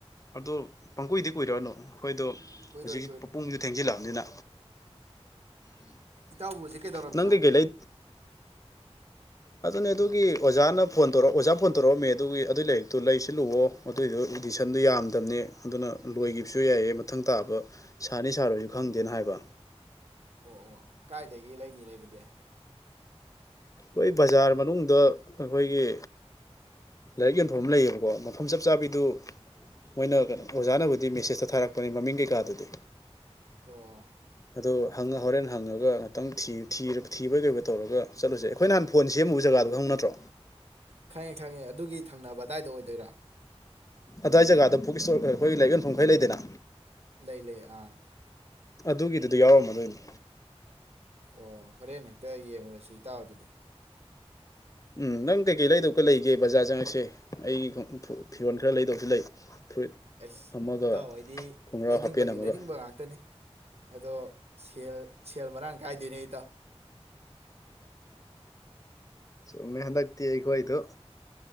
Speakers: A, on the left; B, on the right.
A: ꯑꯗꯣ ꯄꯪꯀꯨꯏꯗꯤ ꯀꯨꯏꯔꯛꯅꯨ ꯑꯩꯈꯣꯏꯗꯣ
B: ꯀꯨꯏꯔꯣꯏ
A: ꯍꯧꯖꯤꯛ ꯄꯨꯄꯨꯡꯁꯨ ꯊꯦꯡꯖꯤꯜꯂꯛꯑꯕꯅꯤꯅ
B: ꯏꯇꯥꯎꯕꯁꯦ ꯀꯩꯗꯧꯔꯝꯃꯤꯅꯣ
A: ꯅꯪ ꯀꯩꯀꯩ ꯂꯩ ꯑꯗꯨꯅꯦ ꯑꯗꯨꯒꯤ ꯑꯣꯖꯥꯅ ꯐꯣꯟ ꯇꯧꯔꯛ ꯑꯣꯖꯥꯅ ꯐꯣꯟ ꯇꯧꯔꯛꯑꯝꯃꯦ ꯑꯗꯨꯒꯤ ꯑꯗꯨꯏ ꯂꯥꯏꯔꯤꯛꯇꯨ ꯂꯩꯁꯤꯜꯂꯨꯑꯣ ꯑꯗꯨꯏꯗꯣ ꯏꯗꯤꯁꯟꯗꯣ ꯌꯥꯝꯗꯃꯦ ꯑꯗꯨꯅ ꯂꯣꯏꯒꯤꯈꯤꯕꯁꯨ ꯌꯥꯏꯌꯦ ꯃꯊꯪ ꯇꯥꯕ ꯁꯥꯅꯤ ꯁꯥꯔꯣꯏꯁꯨ ꯈꯪꯗꯦꯅ ꯍꯥꯏꯕ
B: ꯑꯣ ꯑꯣ ꯀꯥꯏꯗꯒꯤ ꯂꯩ ꯂꯩꯕꯗꯦ
A: ꯍꯣꯏ ꯕꯖꯥꯔ ꯃꯅꯨꯡꯗ ꯑꯩꯈꯣꯏꯒꯤ ꯂꯥꯏꯔꯤꯛ ꯌꯣꯟꯐꯝ ꯑꯃ ꯂꯩꯌꯦꯕꯀꯣ ꯃꯐꯝ ꯆꯞ ꯆꯥꯕꯤꯗꯨ ꯃꯣꯏꯅ ꯑꯣꯖꯥꯅꯕꯨꯗꯤ ꯃꯦꯁꯦꯁꯇ ꯊꯥꯔꯛꯄꯅꯤ ꯃꯃꯤꯡ ꯀꯩꯀꯥꯗꯨꯗꯤ
B: ꯑꯣ
A: ꯑꯗꯣ ꯍꯪꯉ ꯍꯣꯔꯦꯟ ꯍꯪꯉꯒ ꯉꯍꯥꯛꯇꯪ ꯊꯤ ꯊꯤꯕ ꯀꯩꯕꯣꯏ ꯇꯧꯔꯒ ꯆꯠꯂꯨꯁꯦ ꯑꯩꯈꯣꯏ ꯅꯍꯥꯟ ꯐꯣꯟ ꯁꯦꯝꯃꯨꯕ ꯖꯒꯥꯗꯣ ꯈꯪ ꯅꯠꯇ꯭ꯔꯣ
B: ꯈꯪꯉꯦ ꯈꯪꯉꯦ ꯑꯗꯨꯒꯤ ꯊꯪꯅꯕ ꯑꯗꯥꯏꯗ ꯑꯣꯏꯗꯣꯏꯔꯥ
A: ꯑꯗꯋꯥꯏ ꯖꯒꯥꯗ ꯕꯨꯛ ꯏꯁꯇꯣꯔ ꯑꯩꯈꯣꯏ ꯂꯥꯏꯔꯤꯛ ꯌꯣꯟꯐꯝ ꯈꯔ ꯂꯩꯗꯅ
B: ꯂꯩ ꯂꯩ ꯑꯥ
A: ꯑꯗꯨꯒꯤꯗꯨꯗꯤ ꯌꯥꯎꯔꯝꯃꯗꯣꯏꯅꯤ
B: ꯑꯣ ꯍꯣꯔꯦꯟ ꯍꯦꯛꯇ ꯌꯦꯡꯉꯨꯔꯁꯤ ꯏꯇꯥꯥꯎ ꯑꯗꯨꯗꯤ
A: ꯎꯝ ꯅꯪ ꯀꯩꯀꯩ ꯂꯩꯗꯧꯀ ꯂꯩꯒꯦ ꯕꯖꯥꯔ ꯆꯪꯉꯛꯁꯦ ꯑꯩꯒꯤ ꯐꯤꯔꯣꯜ ꯈꯔ ꯂꯩꯗꯧꯁꯨ ꯂꯩ ꯐꯨꯔꯤꯠ
B: ꯑꯩꯁ
A: ꯑꯃꯒ
B: ꯏꯇꯥꯎ ꯑꯩꯗꯤ
A: ꯈꯣꯡꯒ꯭ꯔꯥꯎ
B: ꯂꯩꯅꯤꯡꯕꯒꯤ
A: ꯍꯥꯄꯦꯟ ꯑꯃꯒ
B: ꯂꯩꯅꯤꯡꯕ ꯉꯥꯛꯇꯅꯤ ꯑꯗꯣ ꯁꯦꯜ ꯁꯦꯜ ꯃꯔꯥꯡ ꯀꯥꯏꯗꯦꯅꯦ ꯏꯇꯥꯎ
A: ꯆꯨꯝꯃꯦ ꯍꯟꯗꯛꯇꯤ ꯑꯩꯈꯣꯏꯗꯨ